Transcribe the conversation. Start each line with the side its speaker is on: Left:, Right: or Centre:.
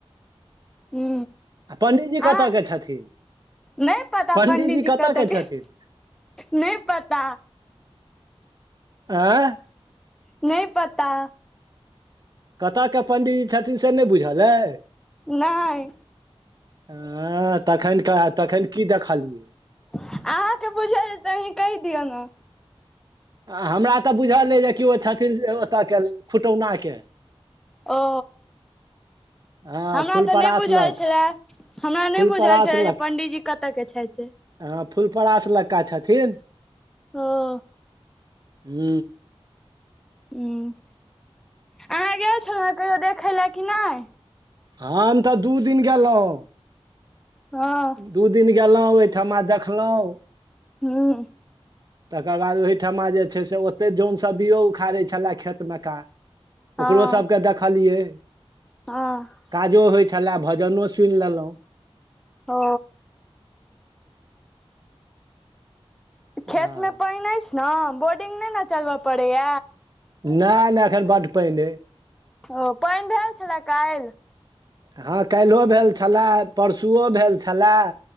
Centre: हू
Right: पण्डीजी
Centre: आ
Right: कतय के छथिन
Centre: नहि पता
Right: पण्डीजी
Centre: पंडीजी
Right: कतय
Centre: कत
Right: के
Centre: गेल
Right: छथिन
Centre: नहि पता
Right: आँ
Centre: नहि पता
Right: कतय के पंडीजी छथिन से नहि बुझल अय
Centre: नहि
Right: ह तखन कह तखन की देखलियै
Centre: अहाँके बुझल तऽ अही कहि दियौ ने
Right: आ हमरा तऽ बुझल नहि जे कि ओ छथिन ओतय के खुटौनाक के
Centre: ओ
Right: हँ
Centre: हमरा
Right: फुलपरास
Centre: तऽ नहि बुझल
Right: लग
Centre: छलए हमरा नहि
Right: फुलपरास
Centre: बुझल छलए जे
Right: लग
Centre: पंणडीजी कतय के छथि
Right: हँ फुलपरास लक्का छथिन
Centre: ह
Right: हु
Centre: ह अहाँ गेल छलहुँ है कहियो देखै लए कि नहि
Right: हम तऽ दू दिन गेलौं
Centre: ह
Right: दू दिन गेलहुँ ओहिठमा देखलहुँ
Centre: हँ
Right: तकर बाद ओहिठमा जे छै से ओते जन सब्जियो उखाड़ै छलए खेतमे का
Centre: हँ
Right: ओकरो सबके देखलियै
Centre: हँ
Right: काजो होइत छलय भजनो सुनि लेलौं
Centre: ओ
Right: हँ
Centre: खेतमे पानि अछि ने बोर्डिंग नहि ने चलबय पड़ैय
Right: नहि नहि एखन बड पाइन अय
Centre: ओ पानि भेल छलै काल्हि
Right: हँ काल्हियो भेल छलै परसुओ भेल छलै